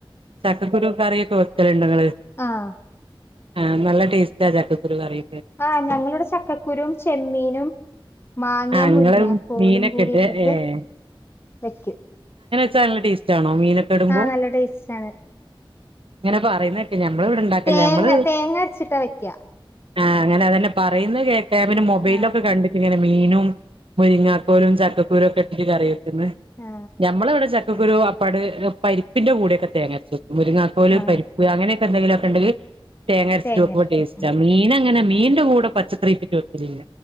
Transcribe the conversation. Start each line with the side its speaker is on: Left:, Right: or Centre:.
Right: ചക്കക്കരു കറിയൊക്കെ വെക്കലുണ്ടിങ്ങള്
Left: ആഹ്
Right: ആഹ് നല്ല ടേസ്റ്റ ചക്കക്കുരു കറി
Left: ആഹ് ഞങ്ങളിവിടെ ചക്കക്കുരും ചെമ്മീനും മാങ്ങേ
Right: ആഹ് ഇങ്ങള്
Left: മുരിങ്ങ കോലും
Right: മീനൊക്കെ
Left: കൂടി
Right: ഇട്ട്
Left: ഇട്ടിട്ട്
Right: ഏഹ്
Left: വെക്കും
Right: ത് നല്ല ടെസ്റ്റ് ആണോ മീനൊക്കെ ഇടുമ്പോ
Left: ആഹ് നല്ല ടേസ്റ്റ് ആണ്
Right: ഇങ്ങനെ പറയുന്നെക്കാ ഞമ്മൾ ഇവിടെ ഇണ്ടാക്കല്ല
Left: തേങ്ങ
Right: ഞമ്മള്
Left: തേങ്ങ അരച്ചിട്ടാ വെക്ക
Right: ആഹ് അങ്ങന അതന്നെ പറയുന്ന കേൾക്കാ പിന്ന മൊബൈലോക്കെ
Left: ആ
Right: കണ്ടിക്ക് ഇങ്ങനെ മീനും മുരിങ്ങോക്കോലും ചക്കക്കുരു ഒക്കെ ഇട്ടിട്ട് കറി വെക്ക്ന്ന്
Left: ആ
Right: നമ്മള് ഇവിടെ ച ഒരു അപ്പാട് പരിപ്പിന്റെ കൂടെക്കെ തേങ്ങരച്ക്കും മുരുങ്ങാക്കോൽ
Left: ആ
Right: പരിപ്പ് അങ്ങനെക്കെ എന്തെലു ങ്കി തേങ്ങരച്ചിട്ട്
Left: തേങ്ങ
Right: വെക്കുമ്പോ
Left: അരക്കും
Right: ടേസ്റ്റ് മീനങ്ങനെ മീന്റെ കൂടെ പച്ചക്കറിട്ടിട്ട് വെക്കില്ല